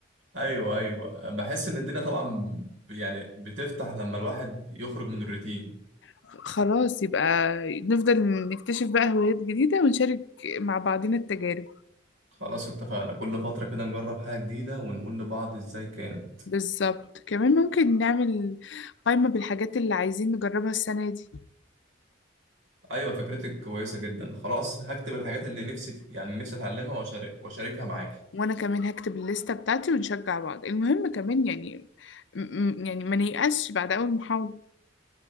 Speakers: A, on the right; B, on the left.
A: ايوه ايوه بحس ان الدنيا طبعا ب- يعني بتفتح لما الواحد يخرج من الروتين
B: خلاص يبقى نفضل نكتشف بقى هوايات جديدة ونشارك مع بعضنا التجارب
A: خلاص اتفقنا كل فترة كده نجرب حاجة جديدة ونقول لبعض ازاي كانت
B: بالظبط كمان ممكن نعمل قائمة بالحاجات اللي عايزين نجربها السنة دي
A: ايوه فكرتك كويسة جدا خلاص هكتب الحاجات اللي نفسي يعني نفسي اتعلمها واشارك واشاركها معاك
B: وأنا كمان هكتب الليستة بتاعتي ونشجع بعض المهم كمان يعني م- م- يعني ما نيأسش بعد أول محاولة